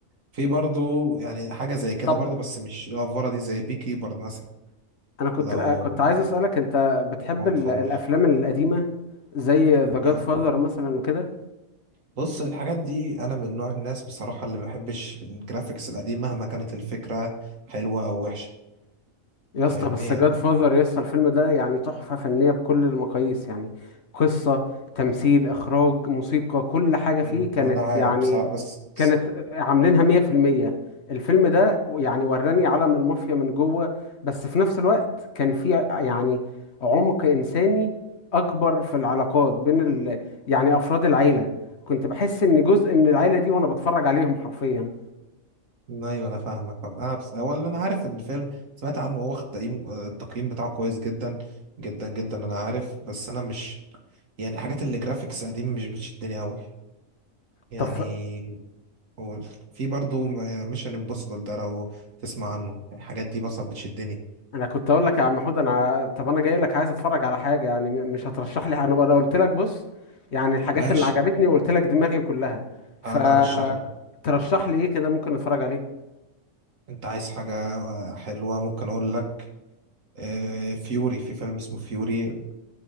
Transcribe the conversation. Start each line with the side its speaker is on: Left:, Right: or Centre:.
Right: في برضو يعني حاجه زي كده
Left: طب
Right: برضو بس مش الافوره دي زي بي كيبر مثلا
Left: انا كنت
Right: لو
Left: كنت عايز اسألك انت بتحب
Right: ما
Left: ال-
Right: تفوش
Left: الافلام القديمة زي ذا جاد
Right: يعني
Left: فاذر مثلا وكده
Right: بص الحاجات دي انا من نوع الناس بصراحه اللي ما بحبش الجرافيكس القديم مهما كانت الفكره حلوه او وحشه
Left: يا اسطى
Right: فاهمني
Left: بس
Right: يعني
Left: جاد فازر يا اسطى الفيلم ده يعني تحفة فنية بكل المقاييس يعني قصة تمثيل إخراج موسيقى كل حاجة فيه
Right: م-
Left: كانت
Right: انا عارف
Left: يعني
Right: بصراحه بس
Left: كانت عاملينها مية في المية الفيلم ده يعني وراني عالم المافيا من جوه بس في نفس الوقت كان فيه يعني عمق إنساني أكبر في العلاقات بين ال يعني أفراد العيلة كنت بحس إن جزء من العيلة دي وأنا بتفرج عليهم حرفيا
Right: ايوه انا فاهمك فاهم. انا بس هو اللي انا عارف ان الفيلم سمعت عنه هو واخد تقييم آه، التقييم بتاعه كويس جدا جدا جدا انا عارف بس انا مش يعني الحاجات اللي جرافيكس قديم مش بتشدني قوي يعني
Left: طب
Right: و- في برضو ميشن امبوسيبل ده لو تسمع عنه الحاجات دي مثلا بتشدني
Left: انا كنت اقول لك يا عم حود انا طب انا جاي لك عايز اتفرج على حاجه يعني م- مش هترشح لي حاجة. انا بقى أنا قلت لك بص يعني الحاجات
Right: ماشي
Left: اللي عجبتني وقلت لك دماغي كلها فترشح
Right: انا ارشح لك
Left: لي ايه كده ممكن اتفرج عليه
Right: انت عايز حاجة حلوة ممكن اقول لك آه، فيوري في فيلم اسمه فيوري